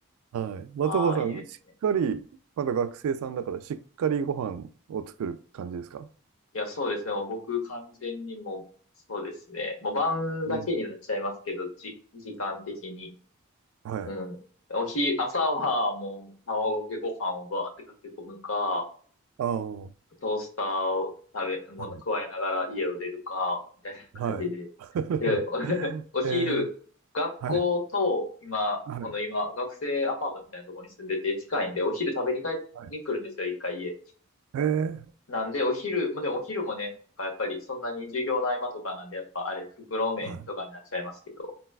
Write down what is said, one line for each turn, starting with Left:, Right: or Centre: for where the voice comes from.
Right: はい。松岡さん、
Left: ああ、いいですね。
Right: しっかり、まだ学生さんだから、しっかりご飯を作る感じですか
Left: いや、そうですね。もう僕完全にもう、そうですね。もう晩だけになっちゃいますけど、
Right: うん
Left: じ、時間的に。
Right: はい。
Left: うん。おひ、朝はもう卵かけご飯をバーってかけ込むか、
Right: ああ、は
Left: トースターを食べ、もの加えながら家を出るか、
Right: い。
Left: みたいな感じで。
Right: はい。<laughs>
Left: で、お <laughs> お昼、
Right: ええ
Left: 学校と、
Right: はい。
Left: 今、
Right: はい。
Left: この今、学生アパートみたいなところに住んでて近いんで、お昼食べに帰に来るんですよ、
Right: はい。
Left: 一回家。
Right: ええ
Left: なんで、お昼、まあでもお昼もね、やっぱりそんなに授業の合間とかなんで、やっぱあれ、袋麺とかになっちゃいますけど、
Right: <clears throat> はい。